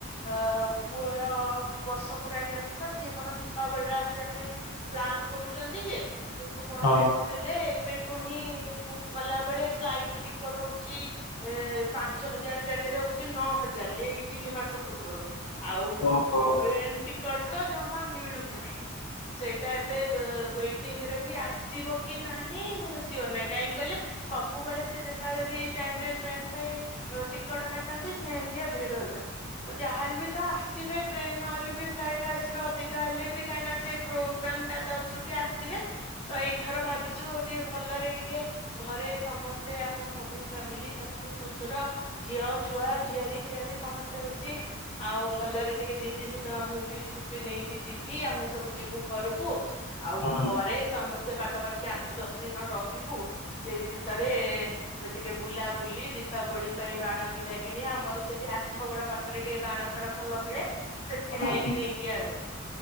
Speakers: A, on the left; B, on the left.
A: ଅ ପୁଅର ବର୍ଷ ପୁରାଣୀ ଅଛି ତ ସିଏ କଣ ଦି- ଦୀପାବଳି ଆସିବା ପାଇଁ ପ୍ଲାନ କରୁଛନ୍ତି ଯେ- କିନ୍ତୁ କଣ
B: ହଁ।
A: ଦେଖୁଥିଲେ ଏବେ- ଏଠୁ ହିଁ ବୁକ୍ କଲା ବେଳେ ଫ୍ଲାଇଟ ଟିକଟ ହଉଛି ଏ ପାଞ୍ଚ ହଜାର ଜାଗାରେ ହଉଛି ନଅ ହଜାର ଏଇ ତିନି ମାସ ପୂର୍ବରୁ- ଆଉ
B: ଓହୋ
A: ଟ୍ରେନ୍ ଟିକେ- କଟକ ଜମା- ମିଳୁନାହିଁ ସେଇଟା ଏବେ ୱଟିଂରେ ବି ଆସିବ କି ନାହିଁ ସି ନାହିଁ କାହିଁକି କହିଲେ ସବୁବେଳେ ସେ ଯେତେବେଳେ ବି ଟାଇମରେ ଟ୍ରେନ ପାଇଁ ଟିକଟ କାଟନ୍ତି ସେମିତିଆ ଭିଡ ରୁଏ ତ ଯାହାହେଲେ ବି ତା ଆସିବେ ଟ୍ରେନ ନହେଲେ ବି ଫ୍ଲାଇଟ ରେ ଆସିବେ ଅଧିକ- ହେଲେ ବି କାହିଁନା ସେ ପ୍ରୋଗ୍ରାମ ଟା ତ ଅଛି ସି ଆସିବେ ତ ଏଇଥର ଭାବିଚୁ ଟିକେ ଭଲରେ ଟିକେ ଘରେ ସମସ୍ତେ ଆମ ସବୁ ଫ୍ୟାମିଲି ଶାଶୁ ଶ୍ୱଶୁର ଝିଅ ଛୁଆ ଝିଆରି ଫିଆରି ସମସ୍ତେ ମିଶି ଆଉ ଭଲରେ ଟିକେ ଦି ଦିନ ଆମଁ ବି ଛୁଟି ନେଇକି- କି ଯିବି ଆମେ ସବୁ ଯିବୁ ଘରକୁ- ଆଉ
B: ହୁଁ
A: ଘରେ ସମସ୍ତେ ପାଖାପାଖି- ଆଖି ଆଠ ଦଶ ଦିନ ରହିବୁ ସେଇ ଭିତରେ ଟିକେ ବୁଲାବୁଲି ଦୀପାବଳି ପାଇଁ ବାଣ କିଣା କିଣି ଆମର ସେଠି ଆଠ ଗୋଡ ପାଖରେ ଟିକେ ବାଣ ଫାଣ ଭଲ ମିଳେ- ସେଠି
B: ହୁଁ
A: ଯାଇକି ନେଇକି ଆଣୁ-